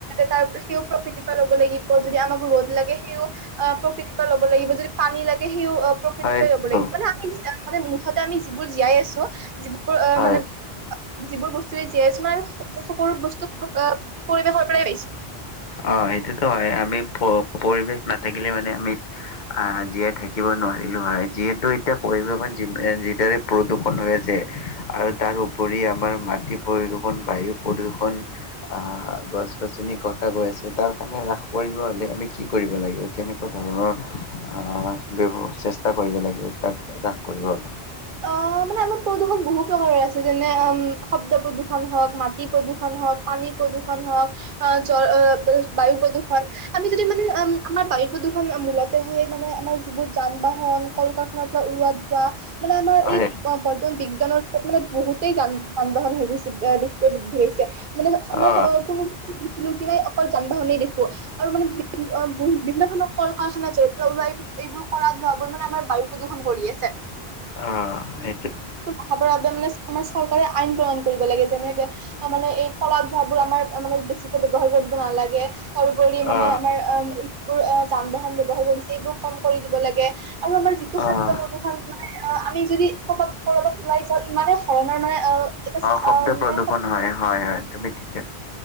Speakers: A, on the right; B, on the left.
A: তাৰ সিও প্ৰকৃতিৰ পৰা ল'ব লাগিব, যদি আমাক ৰ'দ লাগে সিও অ', প্ৰকৃতিৰ পৰা ল'ব লাগিব, যদি পানী লাগে সি অ', প্ৰকৃতি
B: হয়।
A: পৰা ল'ব
B: হয়
A: লাগিব, মানে আমি মানে মুঠতে আমি যিবোৰ জীয়াই আছো বোৰ অ',
B: হয়
A: মানে যিবোৰ বস্তুৰে জীয়াই আছো, আৰু সকলো বস্তু পৰিবেশৰ পৰাই পাইছো।
B: অ', সেইটোতো হৈয়ে, আমি পৰিৱেশ নাথাকিলে মানে আমি আহ জীয়াই থাকিব নোৱাৰিলো হয়, যিহেতু এতিয়া পৰিবেশৰ যিদৰে প্ৰদূষণ হৈ আছে, আৰু তাৰ ও উপৰি আমাৰ, মাটি প্ৰদূষণ, বায়ু প্ৰদূষণ আহ গছ-গছনি কটা এ গৈ আছে, তাৰ কাৰণে ৰাস কৰিব হ'লে আমি কি কৰিব লাগিব, কেনেকুৱা ধৰণৰ আহ ব্যৱ চেষ্টা কৰিব লাগিব, তাক হ্ৰাস কৰিব হ'লে।
A: অ', মানে আমাৰ প্ৰদূষণ বহু প্ৰকাৰৰ আছে, যেনে শব্দ প্ৰদূষণ হওক, মাটি প্ৰদূ হওক, পানী প্ৰদূষণ হওক, আহ জ বায়ু প্ৰদূষণ, আমি যদি মানে আমাৰ বায়ু প্ৰদূষণ মূলতে হয়, মানে আমাৰ যিবোৰ যান-বাহন, কল-কাৰখানাৰ পৰা উলোৱা ধোৱা। মানে আমাৰ
B: হয়
A: এই বৰ্তমান বিজ্ঞানৰ মানে, বহুতেই যান যান-বাহন হৈ গৈছে বেছিকে বৃদ্ধি পাইছে। মানে আমাৰ,
B: অ
A: কোনো দেখিলো অকল যান-বাহনে দেখো, আৰু মানে অ', বিভিন্ন ধৰণৰ কল-কাৰখানা <unintelligible> ওলাই। এইবোৰ কৰাত ভাবো মানে, আমাৰ বায়ু প্ৰদূষণ কৰি আছে।
B: অ', সেইটো।
A: উঠাবৰ বাবে মানে, আমাৰ চৰকাৰে আইন প্ৰনয়ন কৰিব লাগে। যেনেকে অ', মানে এই কলা ধোঁৱাবোৰ, আমাৰ মানে বেছি। ব্যৱহাৰ কৰিব নালাগে, তাৰ উপৰি মানে
B: অ
A: আমাৰ বোৰ অ', যান-বাহন ব্যৱহাৰ কৰিছে, এইবোৰ কম কৰি দিব লাগে, আৰু আমাৰ যিটো
B: অ
A: শব্দ প্ৰদূষণ অ', আমি যদি কৰ'বাত, কৰ'বাত ওলাই যাওঁ, ইমানেই ধৰণৰ মানে অ'। <unintelligible>
B: শব্দ প্ৰদূষণ হয় হয় হয় তুমি ঠিকে